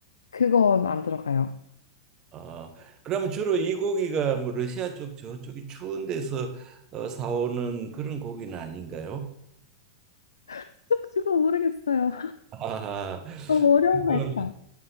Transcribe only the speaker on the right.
아, 그러면 주로 이 고기가 뭐 러시아 쪽 저쪽이 추운 데서 어, 사오는 그런 고기는 아닌가요?
아하.
그건